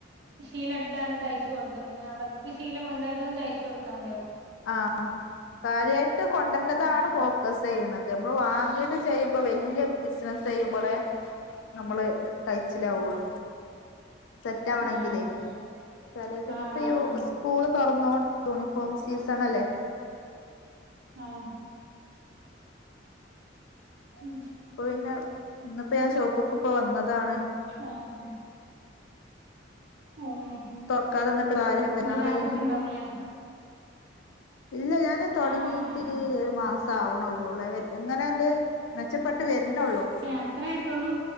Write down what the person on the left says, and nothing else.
ആഹ് കാര്യായിട്ട് കൊണ്ടര്ണതാണ്
ഫോ ക്ക സെയ്യണത് നമ്മള് വാങ്ങീയത് ചെയ്യുമ്പോ വല്യ ബിസിനസ് ചെയ്യുമ്പോളെ നമ്മള് കയ്ച്ചിലാകുവുള്ളൂ സെറ്റ് ആവണെങ്കിലേ
കാര്യായിട്ട് ഇഞ്ഞിപ്പ
യു സ്കൂള് തൊറന്നോ യൂണിഫോം സീസൺ അല്ലേ
ഇപ്പൊ പിന്നെ ഇന്നിപ്പോ ഞാൻ ഷോപ്പ്ക്ക്പ്പോ വന്നതാണ്
തുറക്കാതെ നിന്നിട്ട് കാര്യല്ല പെരുന്നാള്
കഴിഞ്ഞ്
ഇല്ല ഞാന് തൊടങ്ങീട്ട്
ഏഴ് മാസം ആവണൊള്ളൂളെ വെൽ എങ്ങനെണ്ട് മെച്ചപ്പെട്ട് വര്ണെ ഉള്ളൂ